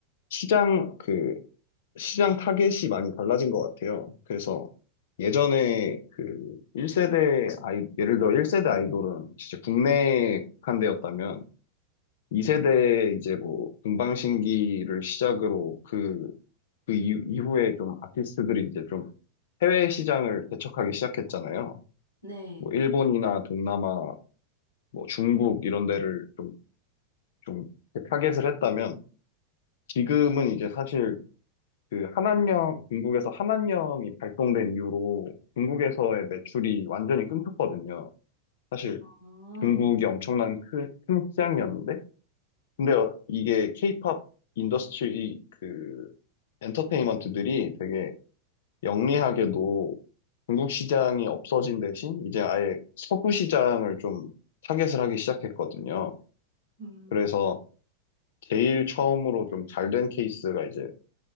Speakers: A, on the left; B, on the left.
A: 시장, 그, 시장 타겟이 많이 달라진 것 같아요. 그래서 예전에 그 1세대 아이, 예를 들어 1세대 아이돌은 진짜 국내에 국한되었다면 2세대 이제 뭐 동방신기를 시작으로 그, 그 이후- 이후에 좀 아티스트들이 이제 좀 해외 시장을 개척하기 시작했잖아요.
B: 네.
A: 뭐 일본이나 동남아 뭐 중국 이런 데를 좀, 좀 타겟을 했다면 지금은 이제 사실 그 한안령, 중국에서 한안령이 발동된 이후로 중국에서의 매출이 완전히 끊겼거든요. 사실
B: 아,
A: 중국이 엄청난 큰, 큰 시장이었는데 근데 어- 이게 케이팝 인더스트리 그 엔터테인먼트들이 되게 영리하게도 중국 시장이 없어진 대신 이제 아예 서구 시장을 좀 타겟을 하기 시작했거든요.
B: 음,
A: 그래서 제일 처음으로 좀 잘된 케이스가 이제